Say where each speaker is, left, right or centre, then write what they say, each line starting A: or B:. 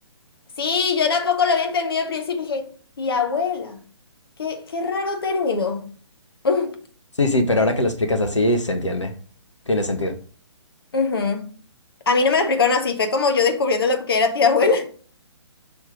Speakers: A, on the left (about 50°); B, on the left (about 75°).
A: Sí, yo tampoco lo había entendido al principio. Dije, tía abuela. Qué, qué raro término. <laughs>
B: Sí, sí, pero ahora que lo explicas así, se entiende. Tiene sentido.
A: Ujú. A mí no me lo explicaron así, fue como yo descubriendo lo que era tía abuela. <laughs>